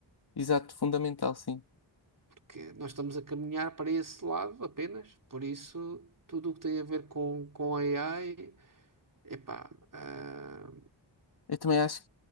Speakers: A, on the left (about 60°); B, on the right (about 45°).
A: exato, fundamental, sim.
B: porque nós estamos a caminhar para esse lado apenas, por isso tudo o que tem a ver com, com AI, epá, ah,
A: Eu também acho.